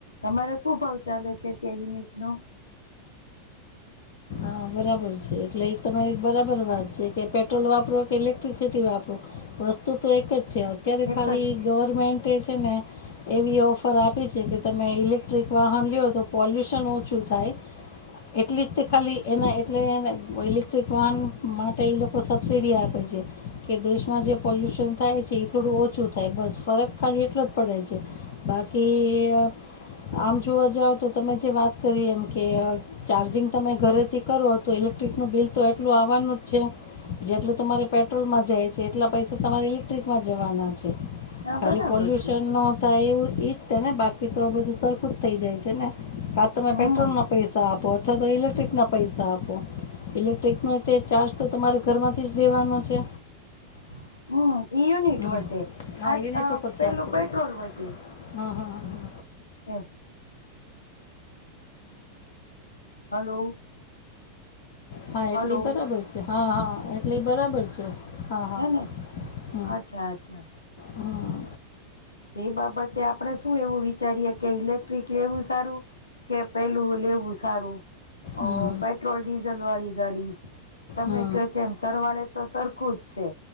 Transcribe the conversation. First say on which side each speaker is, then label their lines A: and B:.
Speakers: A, on the left; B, on the left.
A: તમારે શું ભાવ ચાલે છે ત્યાં યુનિટ નો
B: હા બરાબર છે એટલે એ તમારી બરાબર વાત છે કે પેટ્રોલ વાપરો કે એ ક્ટ્રિસિટી વાપરો વસ્તુ તો એક જ છે અત્યારે
A: એક
B: ખાલી
A: જ
B: ગવર્મેન્ટ એ છે ને એવી ઓફર આપી છે કે તમે ઇલેક્ટ્રિક વાહન લયો તો પોલ્યુશન ઓછું થાય. એટલી જ તે ખાલી એના એટલેને ઇલેક્ટ્રિક વાહન માટે એ લોકો સબસિડી આપે છે કે દેશમાં જે પોલ્યુશન થાય છે એ થોડું ઓછું થાય બસ ફરક ખાલી એટલો જ પડે છે. બાકી આમ જોવા જાવ તો તમે જે વાત કરી એમ કે ચાર્જિંગ તમે ઘરે તી કરો તો ઇલેક્ટ્રિકનું બિલ તો એટલું આવવાનું જ છે. જેટલું તમારે પેટ્રોલમાં જાય છે એટલા પૈસા તમારે ઇલેક્ટ્રિકમાં જવાના છે.
A: હા
B: ખાલી
A: બરાબર
B: પોલ્યુશન
A: છે
B: ન થાય એવું ઈજ થ ને બાકી તો બધું સરખું જ થઇ જાય છે ને. કા તમે
A: હમ
B: પેટ્રોલ ના પૈસા આપો અથવા તો ઇલેક્ટ્રિક ના પૈસા આપો ઇલેક્ટ્રિકનો તે ચાર્જ તો તમારે ઘરમાંથી જ દેવાનો છે.
A: <inaudible> હમ્મ ઈ યુનિટ
B: હમ
A: વધે
B: હા
A: આ
B: યુનિટ ઉપર
A: પેલું
B: ચાલતું
A: પેટ્રોલ
B: હોય
A: વધે.
B: હં હં હં હં
A: એમ. હલો.
B: હા
A: હલો
B: એટલી બરાબર છે હા-હા. એટલે એ બરાબર છે હા-હા
A: હેને
B: હ હ
A: અચ્છા અચ્છા
B: હા.
A: તે બાબતે આપડણે શું એવું વિચારીએે કે ઇલેક્ટ્રિક લેવું સારું કે પેલું લેવું સારું અ
B: હં હં હં હં
A: પેટ્રોલ ડીઝલ વાળી ગાડી. તમે
B: હં
A: કયો છે એમ સરવાળે તો સરખું જ છે.